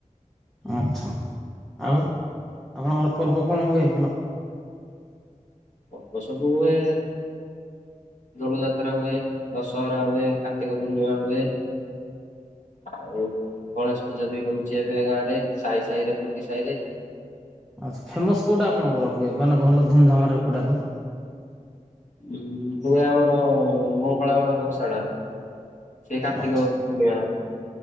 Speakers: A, in the centre; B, on the left.
A: ଆଚ୍ଛା ଆଉ ଆପଣଙ୍କର ପର୍ବ କଣ ହୁଏ ଭଲ?
B: ଅଳ୍ପ ସବୁ ହୁଏ। ଦୋଳ ଯାତ୍ରା ହୁଏ ଦଶହରା ହୁଏ କାର୍ତ୍ତିକ ପୂର୍ଣ୍ଣିମା ହୁଏ। ଆଉ ଗଣେଶ ପୂଜା ବି ହଉଛି ଏବେ ଗାଁ ରେ ସାହି ସାହିରେ ପ୍ରତି ସାହିରେ।
A: ଆ ଫେମସ କୋଉଟା ଆଣଙ୍କର ହୁଏ ମାନେ ଭଲ ଧୁମଧାମରେ କୋଉଟା ହୁଏ?
B: ଉ ହୁଏ ଆମର ମଙ୍ଗଳା ମାଙ୍କ ଓଷାଟା ସେ କାର୍ତ୍ତିକ
A: ଆଚ୍ଛା
B: ପୂର୍ଣ୍ଣିମା।